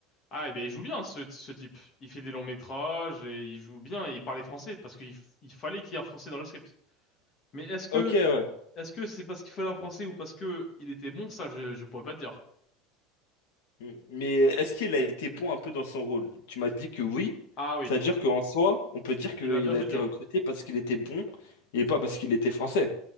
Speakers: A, on the left; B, on the left.
A: Ah, eh bien, il joue bien, ce, ce type. Il fait des longs métrages et il joue bien et il parlait français parce qu'il f- il fallait qu'il y ait un français dans le script. Mais est-ce
B: Ok,
A: que,
B: ouais.
A: est-ce que c'est parce qu'il fallait un français ou parce que il était bon, ça, je, je pourrais pas te dire.
B: Mm. Mais est-ce qu'il a été bon un peu dans son rôle? Tu m'as dit que oui.
A: Ah oui,
B: C'est-à-dire qu'en soi, on peut dire qu'il
A: il a bien fait
B: a été
A: le job.
B: recruté parce qu'il était bon et pas parce qu'il était français.